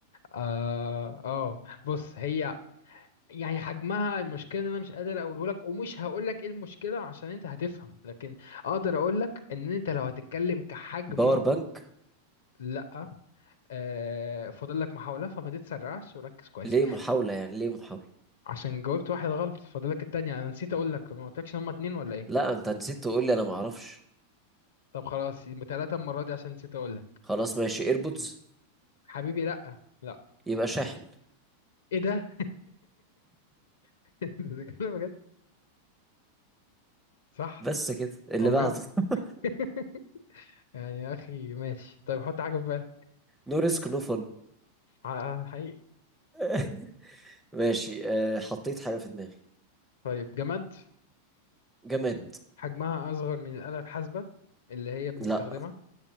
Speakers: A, on the left (about 60°); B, in the centre.
A: آه, آه بص هي يعني حجمها المشكلة إن أنا مش قادر أقوله لك ومش هقول لك إيه المشكلة عشان أنت هتفهم لكن أقدر أقول لك إن أنت لو هتتكلم كحجم
B: باور بانك
A: لا آه فاضل لك محاولة فما تتسرعش وركز كويس
B: ليه محاولة يعني ليه محاولة
A: عشان جاوبت واحد غلط فاضل لك التانية أنا نسيت أقول لك ما قلتلكش إن هما اتنين ولا إيه
B: لا انت نسيت تقول لي انا معرفش
A: طب خلاص يبقى تلاتة المرة دي عشان نسيت أقول لك
B: خلاص ماشي ايربودز
A: حبيبي لا لا
B: يبقى شاحن
A: ايه ده <laughs> ده كلام بجد صح
B: بس كده اللي
A: او
B: بعده
A: بجد
B: <laughs>
A: <laughs> يعني يا اخي ماشي طيب حط حاجه في بالك
B: نو ريسك نو فن
A: ع- حقيقي
B: <laughs> ماشي أه حطيت حاجة في دماغي
A: طيب جماد
B: جماد
A: حجمها اصغر من الاله الحاسبه اللي هي بنستخدمها
B: لا